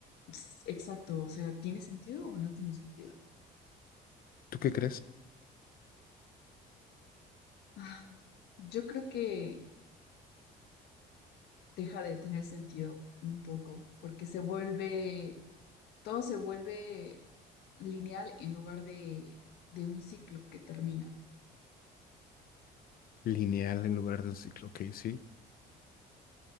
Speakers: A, on the left (about 75°); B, on the left (about 60°).
A: s- exacto, o sea, ¿tiene sentido o no tiene sentido?
B: ¿Tú qué crees?
A: Ah, yo creo que deja de tener sentido un poco, porque se vuelve, todo se vuelve lineal en lugar de, de un ciclo que termina.
B: lineal en lugar de un ciclo. Ok, sí.